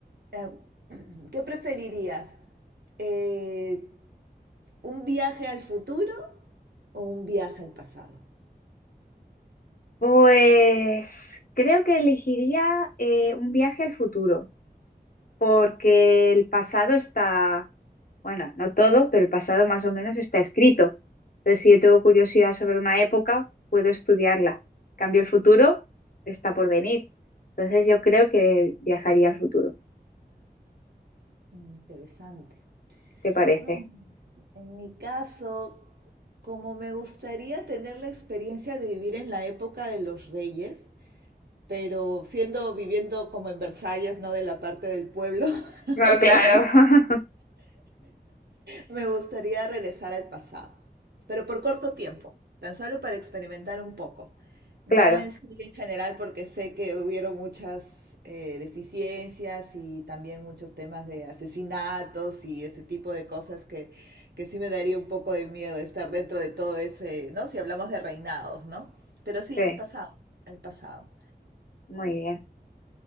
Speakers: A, on the right (about 70°); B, on the left (about 55°).
A: eh, <clears throat> ¿Qué preferirías? Eh, ¿un viaje al futuro o un viaje al pasado?
B: Pues creo que elegiría eh, un viaje al futuro, porque el pasado está, bueno, no todo, pero el pasado más o menos está escrito. Entonces, si yo tengo curiosidad sobre una época, puedo estudiarla. En Cambio el futuro, está por venir. Entonces, yo creo que viajaría al futuro.
A: Mm, Interesante.
B: ¿Qué te parece?
A: Mm, En mi caso, como me gustaría tener la experiencia de vivir en la época de los reyes, pero siendo viviendo como en Versalles, no de la parte del pueblo, <laughs>
B: No,
A: o sea,
B: claro. <laughs>
A: Me gustaría regresar al pasado, pero por corto tiempo, tan solo para experimentar un poco. No
B: Claro,
A: en sí en general porque sé que hubieron muchas eh, deficiencias y también muchos temas de asesinatos y ese tipo de cosas que, que sí me daría un poco de miedo estar dentro de todo ese, ¿no? Si hablamos de reinados, ¿no? Pero sí,
B: sí,
A: el pasado, el pasado,
B: muy bien.